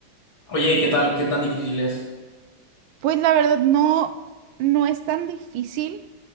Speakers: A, on the left; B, on the right.
A: Oye, ¿y ¿qué tal? ¿Qué tan difícil es?
B: Pues la verdad no, no es tan difícil,